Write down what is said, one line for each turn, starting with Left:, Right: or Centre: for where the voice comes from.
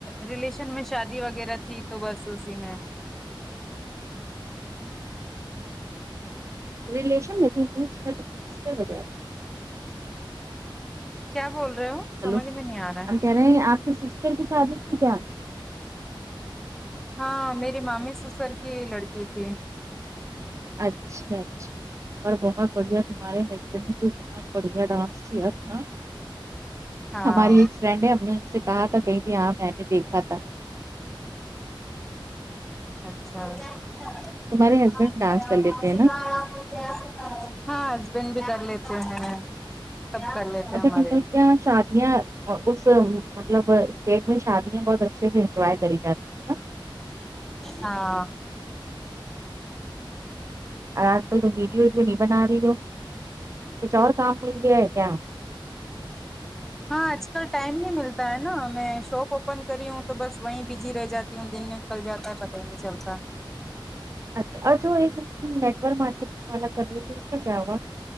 Centre: ریلیشن میں شادی وغیرہ تھی تو بس اسی میں
Right: ریلیشن میں تی سسٹر وغیر
Centre: کیا بول رہے ہو سمجھ
Right: ہلو
Centre: میں نہیں آ رہا ہے۔
Right: ہم کہہ رہے ہیں آپ کے سسٹر کی شادی کی جان
Centre: ہاں میری مامی سسر کی لڑکی تھی
Right: اچھا اچھا اور بہت بڑھیا تمہارے مچر نے تو اتنا بڑھیا ڈانس کیا تھا
Centre: ہاں
Right: ہماری ایک فرینڈ ہے اپ نے ان سے کہا تھا کہیں تے ہاں میں نے دیکھا تھا
Centre: اچھا اور کیا
Right: تمہارے ہسبینڈ ڈانس کر لیتے
Centre: کاسے
Right: ہیں نا
Centre: جانا ہوتا ہے ہاں ہسبینڈ بھی کر لیتے ہیں سب کر لیتے
Right: اچھا
Centre: ہیں ہمارے
Right: کیونکہ ا کی کیا شادیا اس مطلب اسٹیٹ میں شادیاں بہت اچھے سے انجوائے کری جاتی ہیں
Centre: ہاں
Right: اور آج کل تو ویڈیو ویڈیو نہیں بنا رہی ہو کچھ اور کام مل گیا ہے کیا
Centre: ہاں آج کل ٹائم نہیں ملتا ہے نا میں شاپ اوپن کری ہوں تو بس وہیں بزی رہ جاتی ہوں دن میں کل جاتا ہے پتا ہی نہیں چلتا
Right: اچھا اور ایک نیٹ ورک مارکیٹنگ والا کر رہیھی ا اس کا کیا ہوگا